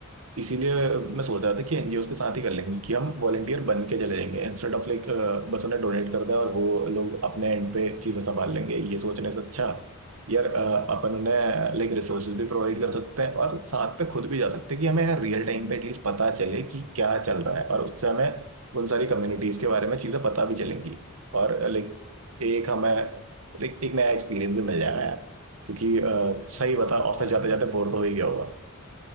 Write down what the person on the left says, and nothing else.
पि-
और
इस
बार
ना